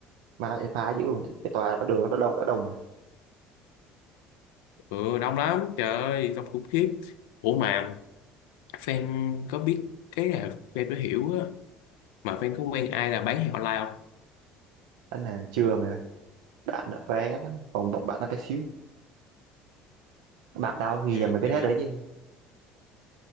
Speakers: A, on the right; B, on the left.
A: mà phá dữ luôn đấy cái tòa nó đường nó đã đông đã đông mà
B: ừ đông lắm trời ơi đông khủng khiếp ủa mà fan có biết cái là fan mới hiểu á mà fan có quen ai là bán hàng online không
A: anh hàng chưa mà bạn vé lắm phòng bạn bạn nó bé xíu bạn tao khi
B: ừ,
A: giờ mày biết
B: tại
A: hết
B: vì
A: rồi chứ